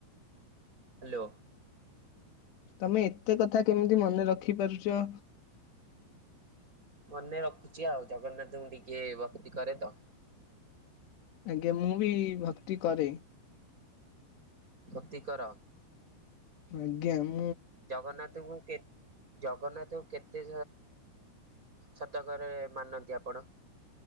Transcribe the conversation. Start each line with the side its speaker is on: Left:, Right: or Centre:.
Right: ହ୍ୟାଲୋ।
Left: ତମେ ଏତେ କଥା କେମିତି ମନେ ରଖି ପାରୁଛ
Right: ମନେ ରଖୁଛି ଆଉ ଜଗନ୍ନାଥଙ୍କୁ ଟିକେ ଭକ୍ତି କରେ ତ।
Left: ଇଏ ମୁଁ ବି ଭକ୍ତି କରେ।
Right: କତି କର?
Left: ଆଜ୍ଞା ମ୍ ।
Right: ଜଗନ୍ନାଥଙ୍କୁ କେ ଜଗନ୍ନା ତ କେତେ ଶତକରେ ମାନନ୍ତି ଆପଣ?